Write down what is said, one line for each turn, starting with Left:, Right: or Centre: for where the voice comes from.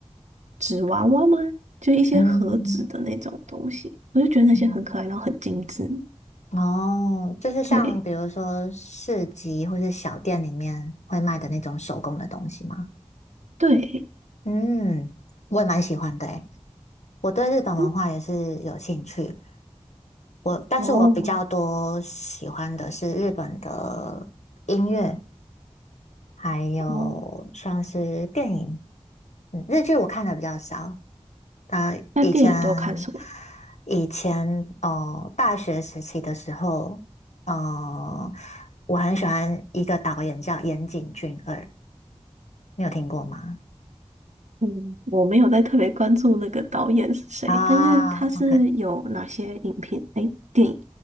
Right: 纸娃娃吗？就一些盒子的那种东西，
Left: 嗯
Right: 我就觉得那些很可爱，
Left: 嗯，
Right: 然后很精致。
Left: 哦，就是像比如说市集或是小店里面会卖的那种手工的东西吗？
Right: 对对，
Left: 嗯，我也蛮喜欢的诶，我对日本文化也是有兴趣。
Right: 嗯
Left: 我，但是我比较多喜欢的是日本的音乐，
Right: 哦
Left: 还有像是电影，
Right: 哦，
Left: 嗯，日剧我看的比较少。啊。
Right: 那电影都看什么？
Left: 以前以前哦，呃大学时期的时候，呃，我很喜欢一个导演叫岩井俊二，你有听过吗？
Right: 嗯，我没有在特别关注那个导演是谁，
Left: 啊，OK，
Right: 但是他是有哪些影片？诶，电影